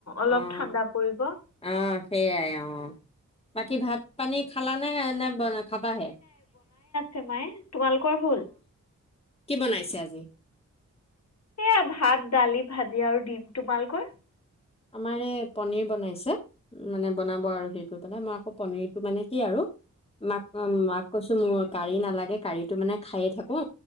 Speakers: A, on the left; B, on the left.
A: অলপ
B: অ',
A: ঠাণ্ডা পৰিব
B: অ', সেইয়াই অ বাকী ভাত পানী খালা নে ন ব খাবা হে
A: চ মাইে তোমালোকৰ হল
B: কি বনাইছে আজি
A: সেয়া ভাত দালি ভাজি আৰু দিম তোমালোকৈ
B: আমাৰ পনীৰ বনাইছা উ মানে বনাব আৰু সেই কত তানে মই আকৌ পনীৰটো মানে কি আৰু মাক মাক কৈছো মোৰ কাঢ়ি নালাগে কাঢ়ীটো মানে খায়ে থাকো